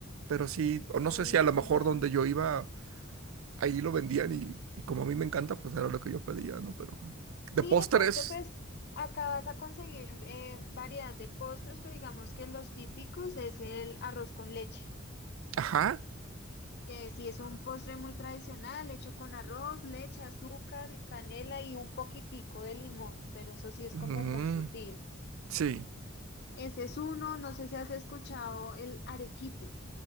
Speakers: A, on the right (about 80°); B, on the left (about 55°).
A: pero sí,
B: Con
A: o no sé si
B: limón.
A: a lo mejor donde yo iba ahí lo vendían y, y como a mí me encanta, pues era lo que yo pedía, ¿no? Pero de
B: Sí,
A: postres,
B: de pronto pues acá vas a conseguir eh, variedad de postres, pero digamos que los típicos es el arroz con leche,
A: ajá,
B: que sí es un postre muy tradicional, hecho con arroz, leche, azúcar, canela y un poquitico de limón, pero eso sí es
A: mm,
B: como muy sutil.
A: sí,
B: Ese es uno, no sé si has escuchado el arequipe.